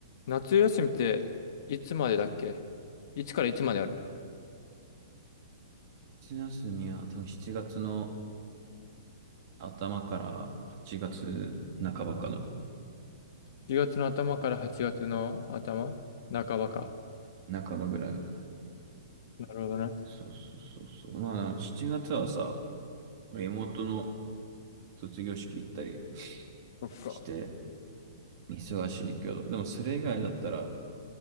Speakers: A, on the left (about 55°); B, on the right (about 45°).
A: 夏休みっていつまでだっけいつからいつまである
B: 夏休みは多分7月の頭から8月半ばかな。
A: ?10 月の頭から8月の頭半ばか。
B: 半ばぐらいだな。
A: なるほどね。
B: そうそうそうそう。まあ7月はさ、俺妹の卒業式行ったり
A: そっか。
B: して忙しいけど、でもそれ以外だったら、